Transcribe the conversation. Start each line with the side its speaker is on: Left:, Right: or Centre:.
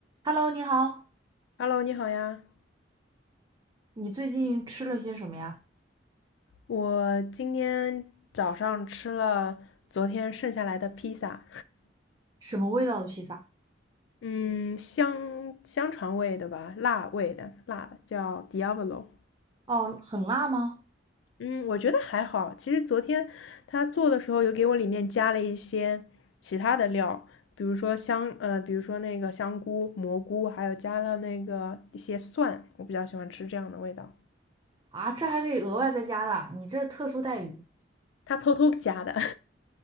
Right: Hello，你好，
Left: Hello，你好呀！
Right: 你最近吃了些什么呀？
Left: 我今天早上吃了昨天剩下来的披萨，
Right: 什么味道的披萨？
Left: 嗯，香香肠味的吧，辣味的，辣的叫 Diavolo。
Right: 哦，很辣吗？
Left: 嗯，我觉得还好。其实昨天他做的时候有给我里面加了一些其他的料，比如说香，呃，比如说那个香菇、蘑菇，还有加了那个一些蒜，我比较喜欢吃这样的味道。
Right: 啊，这还可以额外再加的啊，你这特殊待遇。
Left: 他偷偷加的。<laughs>